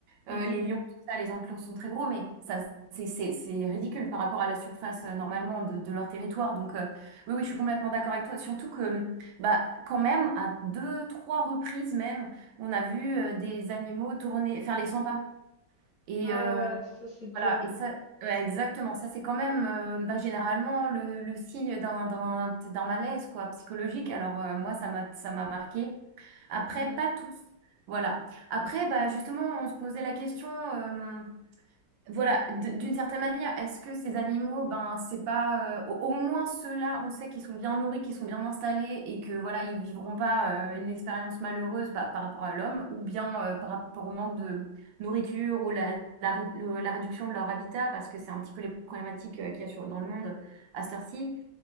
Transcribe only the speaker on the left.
Mhm.
Ah
ouais, ça c'est dur.
Mhm.